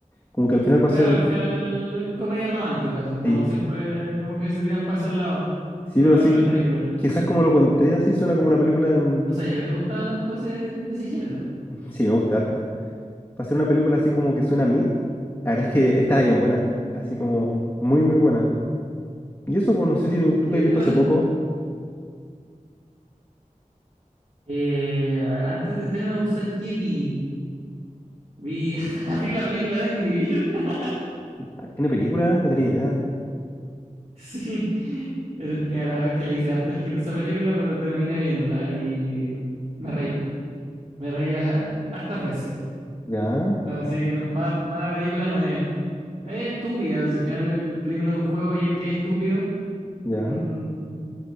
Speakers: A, on the left; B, on the right.
A: Como que al final va
B: Claro,
A: a ser,
B: al final, comedia romántica, así como
A: sí,
B: siempre, como que se tiran pasos al lado,
A: sí,
B: por
A: pero
B: lo menos
A: así,
B: en las
A: co-
B: películas.
A: quizás como lo conté, así suena como una película, en-
B: No sabía que te gustaba tanto ese, ese género.
A: sí, me gusta harto. Va a ser una película así como que suena a Mid. La verdad es que está bien buena, así como muy, muy buena. Y eso, pues no sé si tú, tú
B: Sí,
A: que has visto
B: te va-
A: hace poco,
B: Eh, a ver, antes de tener a Busan, ¿qué vi? Vi, <laughs> vi la película de Angry Birds. <laughs>
A: ah, ¿tiene película? No tenía idea.
B: Sí. El- mira, la verdad es que le hice harto el quito a esa película, pero terminé viéndola y me reí. Me reí a hartas veces.
A: Ya,
B: Así que no, mala, mala película no es. Es estúpida, si al final el película de un juego y es que es estúpido.
A: ya.
B: Mm.